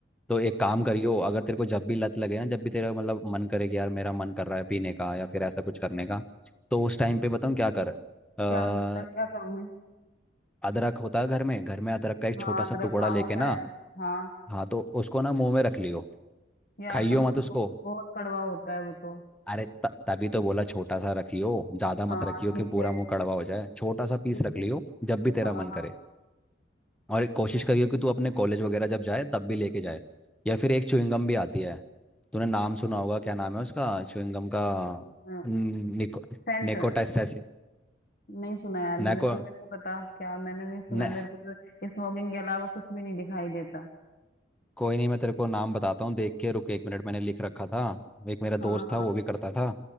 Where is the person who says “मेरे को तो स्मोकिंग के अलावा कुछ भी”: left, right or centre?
Left